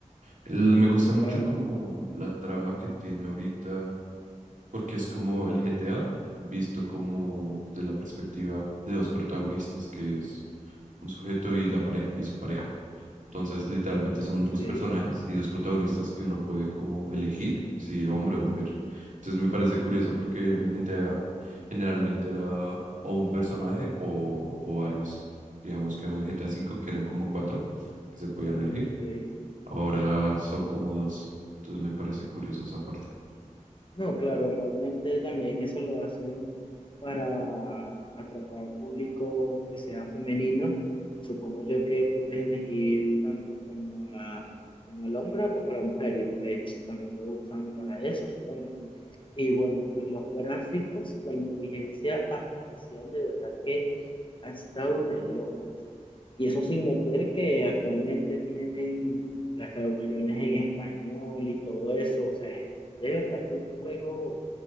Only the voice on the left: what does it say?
Claro,
ok,
ok.
No, claro, realmente también eso lo hacen para atrapar público que sea femenino. Supongo yo que puedes elegir tanto como a, como al hombre como a la mujer y pues también lo usan para eso, supongo. Y bueno, pues los gráficos, la inteligencia artificial de verdad que ha estado de locos. Y eso sin meter que actualmente tienen las traducciones en español y todo eso. O sea, es de verdad que un juego